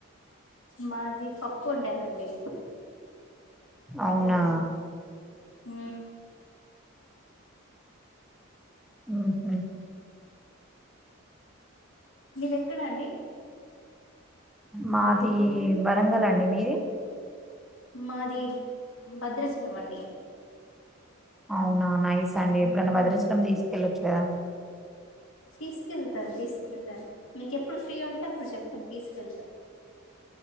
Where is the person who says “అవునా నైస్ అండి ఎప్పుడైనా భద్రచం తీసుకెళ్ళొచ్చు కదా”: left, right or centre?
Centre